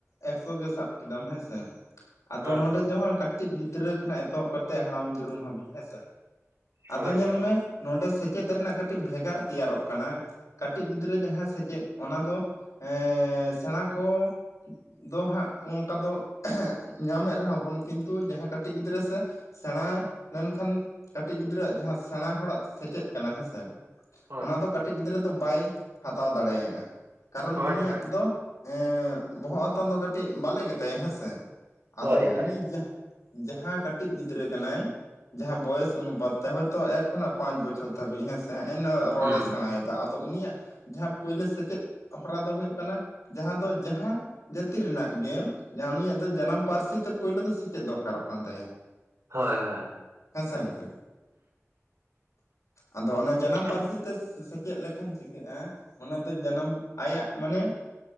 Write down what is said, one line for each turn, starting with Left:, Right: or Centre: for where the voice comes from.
Left: ᱮᱠᱥᱚ ᱜᱮ ᱥᱟᱵ ᱠᱮᱫᱟᱢ ᱦᱮᱸᱥᱮ। ᱟᱫᱚ
Right: ᱦᱮᱸ
Left: ᱱᱚᱰᱮ
Right: ᱦᱮᱸ
Left: ᱡᱮ ᱦᱚᱸᱭ <unintelligible> ᱠᱟᱹᱴᱤᱡ ᱜᱤᱫᱽᱨᱟᱹ ᱠᱷᱚᱱᱟᱜ ᱮᱛᱚᱦᱚᱵ ᱠᱟᱛᱮᱫ ᱦᱟᱲᱟᱢ ᱫᱩᱲᱩᱢ ᱦᱟᱹᱵᱤᱡ ᱦᱮᱸ ᱥᱮ। ᱟᱫᱚ
Right: ᱦᱳᱭ
Left: ᱧᱮᱞ
Right: ᱦᱳᱭ
Left: ᱢᱮ ᱱᱚᱰᱮ ᱥᱮᱪᱮᱫ ᱨᱮᱱᱟᱜ ᱠᱟᱹᱴᱤᱡ ᱵᱷᱮᱜᱟᱨ ᱛᱮᱭᱟᱨᱚᱜ ᱠᱟᱱᱟ। ᱠᱟᱹᱴᱤᱡ ᱜᱤᱫᱽᱨᱟᱹ ᱡᱟᱦᱟᱸ ᱥᱮᱪᱮᱫ, ᱚᱱᱟ ᱫᱚ ᱮᱸᱻ ᱥᱮᱬᱟ ᱠᱚ ᱼᱼ ᱫᱚ ᱦᱟᱸᱜ ᱚᱱᱠᱟ ᱫᱚ ᱼᱼ ᱧᱟᱢᱮᱫ ᱨᱮᱦᱚᱸ ᱵᱚᱱ, ᱠᱤᱱᱛᱩ ᱡᱟᱦᱟᱸ ᱠᱟᱹᱴᱤᱡ ᱜᱤᱫᱽᱨᱟᱹ ᱥᱮ ᱼᱼ ᱥᱮᱬᱟ ᱞᱮᱱᱠᱷᱟᱱ ᱠᱟᱹᱴᱤᱡ ᱜᱤᱫᱽᱨᱟᱹᱣᱟᱜ ᱡᱟᱦᱟᱸ ᱥᱮᱬᱟ ᱦᱚᱲᱟᱜ ᱥᱮᱪᱮᱫ ᱠᱟᱱᱟ ᱦᱮᱸ ᱥᱮ ᱼᱼ
Right: ᱦᱳᱭ
Left: ᱚᱱᱟ ᱫᱚ ᱠᱟᱹᱴᱤᱡ ᱜᱤᱫᱽᱨᱟᱹ ᱫᱚ ᱵᱟᱭ ᱦᱟᱛᱟᱣ ᱫᱟᱲᱮᱭᱟᱜᱼᱟ। ᱠᱟᱨᱚᱱ
Right: ᱦᱳᱭ
Left: ᱩᱱᱤᱭᱟᱜ
Right: ᱦᱳᱭ
Left: ᱫᱚ ᱼᱼ ᱮᱸᱻ ᱵᱚᱦᱚᱜ ᱦᱟᱛᱟᱝ ᱫᱚ ᱠᱟᱹᱴᱤᱡ ᱵᱟᱞᱮ ᱜᱮᱛᱟᱭᱟ ᱦᱮᱸᱥᱮ᱾ ᱟᱫᱚ
Right: ᱦᱳᱭ ᱦᱳᱭ
Left: ᱩᱱᱤ ᱡᱟᱦᱟᱸ ᱼᱼ ᱡᱟᱦᱟᱸ ᱠᱟᱹᱴᱤᱡ ᱜᱤ ᱜᱤᱫᱽᱨᱟᱹ ᱠᱟᱱᱟᱭ ᱡᱟᱦᱟᱸ ᱵᱚᱭᱮᱥ ᱚᱱᱩᱯᱟᱛ ᱛᱮ ᱦᱚᱭᱛᱚ ᱮᱠ ᱠᱷᱚᱱᱟᱜ ᱯᱟᱸᱪ ᱵᱚᱪᱷᱚᱨ ᱫᱷᱟᱵᱤᱡ ᱦᱮᱸ ᱥᱮ <unintelligible> <unintelligible> ᱨᱚᱲᱮ
Right: ᱦᱩᱸ
Left: ᱥᱮᱬᱟᱭᱮᱫᱟ ᱟᱫᱚ ᱩᱱᱤᱭᱟᱜ ᱡᱟᱦᱟᱸ ᱯᱳᱭᱞᱳ ᱥᱮᱪᱮᱫ ᱦᱚᱨᱟ ᱫᱚ ᱦᱩᱭᱩᱜ ᱠᱟᱱᱟ ᱼᱼ ᱡᱟᱦᱟᱸ ᱫᱚ ᱡᱟᱦᱟᱸ ᱡᱟᱹᱛᱤ ᱨᱮᱱᱟᱜ ᱜᱮ ᱡᱟᱦᱟᱸ ᱩᱱᱤᱭᱟᱜ ᱫᱚ ᱡᱟᱱᱟᱢ ᱯᱟᱹᱨᱥᱤ ᱛᱮ ᱯᱳᱭᱞᱳ ᱫᱚ ᱥᱮᱪᱮᱫ ᱫᱚᱨᱠᱟᱨᱚᱜ ᱠᱟᱱ ᱛᱟᱭᱟ।
Right: ᱦᱚᱭ ᱦᱚᱭ
Left: ᱦᱮᱸ ᱥᱮ ᱜᱚᱝᱠᱮ᱾ ᱟᱫᱚ ᱚᱱᱟ ᱡᱟᱱᱟᱢ
Right: ᱟᱫᱚ
Left: ᱯᱟᱹᱨᱥᱤ
Right: ᱚᱱᱟ
Left: ᱛᱮ ᱥᱮᱪᱮᱫ ᱞᱮᱠᱷᱟᱱ ᱪᱤᱠᱟᱹᱜᱼᱟ? ᱚᱱᱟ ᱫᱚ ᱡᱟᱱᱟᱢ ᱟᱭᱟᱜ ᱢᱟᱱᱮ ᱼᱻ